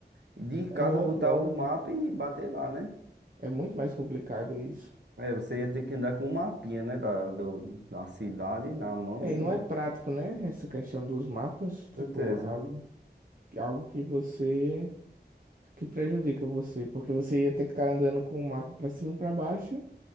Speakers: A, on the right (about 80°); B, on the right (about 50°).
A: de casa
B: É óbvio,
A: botar
B: óbvio.
A: o mapa e bater lá, né?
B: É muito mais complicado isso.
A: É, você ia ter que andar com um mapinha, né? Da, do- da cidade na mão
B: É,
A: e.
B: e não é prático, né? Essa questão dos mapas, tipo,
A: Certeza.
B: é algo, é algo que você, que prejudica você, porque você ia ter que estar andando com o mapa pra cima e pra baixo